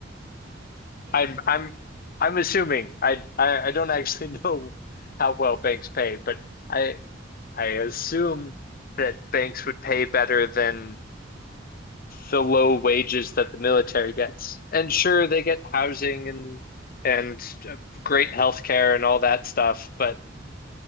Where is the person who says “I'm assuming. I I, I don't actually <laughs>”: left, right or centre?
Left